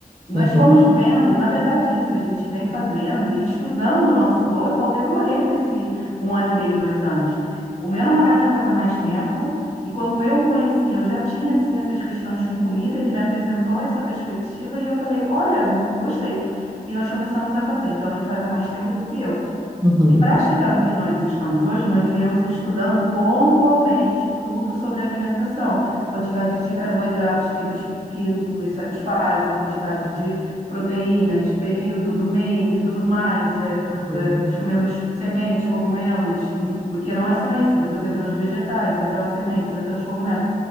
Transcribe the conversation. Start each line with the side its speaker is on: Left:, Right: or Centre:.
Left: Nós
Right: Uhum,
Left: fomos vendo, na verdade, isso a gente vem fazendo e estudando o nosso corpo ao decorrer desse um ano e meio, dois anos. O meu namorado já faz há mais tempo, e quando eu o conheci, eu já tinha assim, essas questões com comida, ele me apresentou essa perspectiva e eu falei: Olha, gostei. E nós começamos a fazer. Então, ele faz há mais tempo do que eu.
Right: uhum,
Left: E para chegar no que nós estamos hoje, nós viemos estudando pontualmente tudo sobre alimentação, quantidade de carboidratos que nos, que nos satisfaz, a quantidade de proteínas, período do mês e tudo mais. É,
Right: uhum.
Left: é, nós comemos sementes, cogumelos, n- porque não é só isso, depois entram os vegetais, entram as sementes, entram os cogumelos,